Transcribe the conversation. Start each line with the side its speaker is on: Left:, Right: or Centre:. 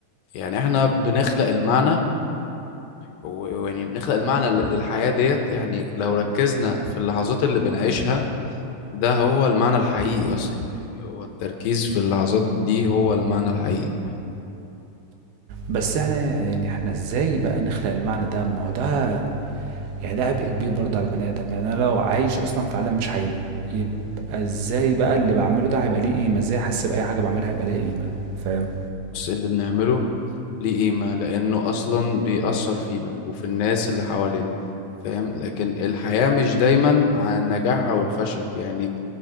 Left: يعني إحنا بنخلق المعنى و- ويعني بنخلق المعنى لل- للحياة ديت يعني لو ركزنا في اللحظات اللي بنعيشها ده هو المعنى الحقيقي أصلا يعني هو التركيز في اللحظات دي هو المعنى الحقيقي
Right: بس إحنا يعني إحنا إزاي بقى نخلق المعنى ده؟ ما هو ده يعني ده عبء كبير برضه على البني آدم، يعني أنا لو عايش أصلًا في عالم مش حقيقي، يبقى إزاي بقى اللي باعمله ده هيبقى ليه قيمة؟ إزاي أحس بأي حاجة باعملها هيبقى ليها قيمة، فاهم؟
Left: بص اللي بنعمله ليه قيمة لأنه أصلا بيأثر فينا وفي الناس اللي حوالينا فاهم لكن الحياة مش دايما عن النجاح أو الفشل يعني